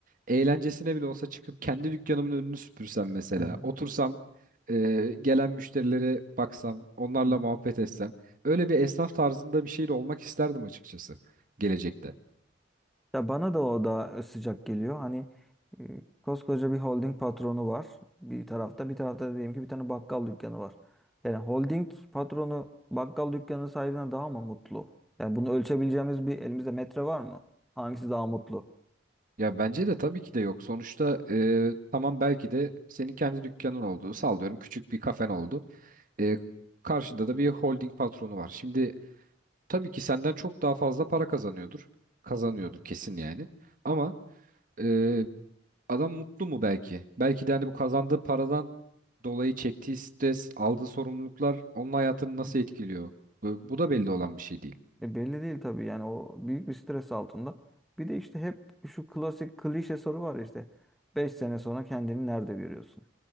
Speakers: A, on the right (about 45°); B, in the centre.
A: eğlencesine bile olsa çıkıp kendi dükkanımın önünü süpürsem mesela,
B: Hı hı.
A: otursam e, gelen müşterilere baksam, onlarla
B: Hı.
A: muhabbet etsem. Öyle bir esnaf tarzında bir şey de olmak isterdim açıkçası gelecekte?
B: Ya bana da o da sıcak geliyor. Hani e, koskoca bir holding patronu var bir tarafta, bir tarafta da diyelim ki bir tane bakkal dükkanı var. Yani holding patronu bakkal dükkanı sahibine daha mı mutlu? Yani bunu ölçebileceğimiz bir elimizde metre var mı? Hangisi daha mutlu?
A: Ya bence de tabii ki de yok. Sonuçta e, tamam belki de senin kendi dükkanın oldu. Sallıyorum küçük bir kafen oldu. E, karşıda da bir holding patronu var. Şimdi tabii ki senden çok daha fazla para kazanıyordur. Kazanıyordur kesin yani. Ama e, Adam mutlu mu belki? Belki de hani bu kazandığı paradan dolayı çektiği stres, aldığı sorumluluklar onun hayatını nasıl
B: Hı.
A: etkiliyor? Bu, bu da belli olan bir şey değil.
B: E belli değil tabii yani o büyük bir stres altında. Bir de işte hep şu klasik klişe soru var ya işte Beş sene sonra kendini nerede görüyorsun?